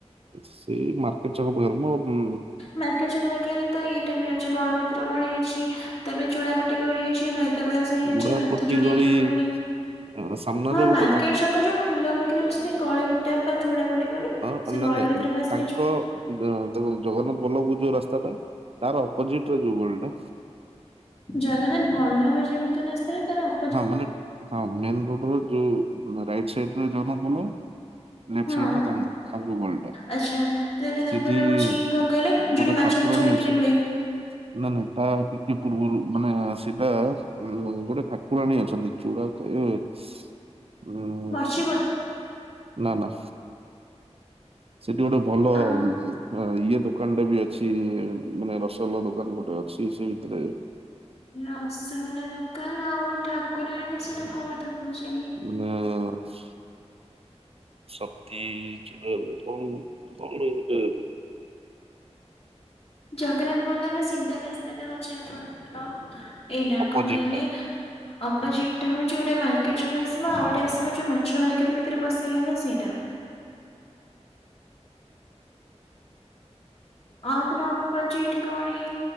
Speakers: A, on the right; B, on the left.
A: ସେଇ ମାର୍କେଟ୍ ଛକ ପାଖେରେ ମ ଉଁ।
B: ମାର୍କେଟ୍ ଛକ ପାଖେରେ ତ ଏଇଟା ବି ଅଛି ବଳଭଦ୍ର ଗଳି ଅଛି ତାପରେ ଚୂଡାପଟି ଗଳି ଅଛି ନାଇଁ। ତେବେଳା ସାହି ଅଛି
A: ଉଡାପଟି
B: ହାତଯୋଡି
A: ଗଳି
B: ଠାକୁରାଣୀ
A: ଅ, ସାମ୍ନାରେ
B: ହଁ
A: ଗୋଟେ
B: ମାର୍କେଟ୍
A: ତାଙ୍କ
B: ଛକ ଯୋଉ ଫୁଲ ବିକ୍ରି ହଉଚି ସେ ଗଳିଟା ପା ଚୂଡାପଟି ଗଳି।
A: ଆନ୍
B: ସେ
A: ମାନେ
B: ଗଳି ଭିତରକୁ
A: ଏବ୍
B: ଆସିଲେ
A: ତାଙ୍କ
B: ଚୁଡା
A: ଦେଖ ତମର ଜଗନ୍ନାଥ ବଲ୍ଲଭକୁ ଯୋଉ ରାସ୍ତାଟା ତାର ଅପୋଜିଟରେ ଯୋଉ ଗଳିଟା
B: ଜଗନ୍ନାଥ ବଲ୍ଲଭ ଯିଆକୁ ଯୋଉ ରାସ୍ତାଟା ତାର ଅପ୍
A: ହଁ ମାନେ ହଁ ମେନ୍ ରୋଡରୁ ଯୋଉ ରାଇଟ୍ ସାଇଟ୍ ମେ ଜଗନ୍ନାଥ ବଲ୍ଲଭ ଲେଫ୍ଟ
B: ହଁ।
A: ସାଇଟରେ ତାଙ୍କ ତାଙ୍କ ଗଳିଟା ସେଠି
B: ଆଚ୍ଛା ତାହେଲେ ତାଙ୍କର ହଉଛି କଣ
A: ତା
B: କହିଲେ ଯୋଉଠି
A: ଗୋଟେ
B: ମାଛ
A: ଠାକୁରାଣୀ
B: ଫାଛ ବିକ୍ରି
A: ଅଛ <unintelligible>
B: ହୁଏ
A: ନା ନାଇଁ ତା ଟିକେ ପୂର୍ବୁରୁ ମାନେ ସେଟା ଉଁ ଗୋଟେ ଠାକ୍ କୁରାଣୀ ଅଛନ୍ତି ଚୁଡାଖାଇ ଏ ଉଁ
B: ମର୍ଚି ଗୋ
A: ନା ନା। ସେଠି ଗୋଟେ ଭଲ
B: ଆଉ
A: ଇଏ ତ ଦୋକାନ ଟା ବି ଅଛି ମାନେ ରସଗୋଲା ଦୋକାନ ଗୋଟେ ଅଛି ସେଇ ଭିତରେ।
B: ରସଗୋଲା ଦୋକାନ ଆଉ ଠାକୁରାଣୀ ସେଟା କୋଉ କଥା କହୁଛନ୍ତି।
A: <unintelligible> ଶକ୍ତି କଣ <unintelligible>
B: ଜଗନ୍ନାଥ ଦଲ୍ଲଭ ସିଧା ରାସ୍ତାଟା ହଉଛି ଆପଣଙ୍କର ଏଇଟା
A: ଅପୋଜିଟ
B: କଣ କହିଲେ?
A: ଟା
B: ଅପୋଜିଟ୍ଟା ହଉଛି ଗୋଟେ ମାର୍କେଟ ଯୋଗଁ ଆସିବା ଆଉ ଗୋଟେ ଆସିବା ଯୋଉ ମାଛ ମାର୍କେଟ୍ ଭିତରେ ବସିକିଗଲେ ସେଇଟା। ଆଉ ତ ନା ଅପଜିଟ ଗଳି